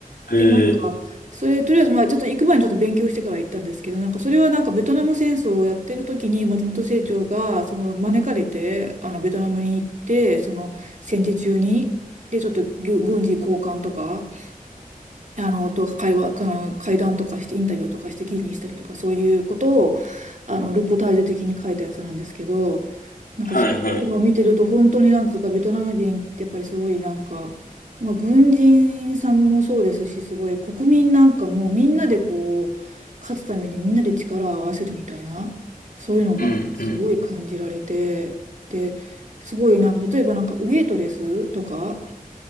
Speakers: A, on the left; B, on the right.
A: へえ。
B: で、なんか、それとりあえずまあちょっと行く前にちょっと勉強してから行ったんですけど、なんかそれはなんかベトナム戦争をやってる時に松本清張がその招かれて、あのベトナムに行って、その戦時中に、で、ちょっと軍軍事交換とか、あの、と、会話、あの会談とかして、インタビューとかして記事にしたりとか、そういうことを、あの、ルポタージュ的に書いたやつなんですけど、なんかそういうのを見てると、
A: はいはい。
B: 本当になんつうか、ベトナム人ってやっぱりすごいなんか、まあ、軍人さんもそうですし、すごい国民なんかもみんなでこう、勝つためにみんなで力を合わせるみたいな、そういうのがなすごい感じられて、
A: うんうん。
B: で、すごいなんか、例えばなんかウエイトレスとか、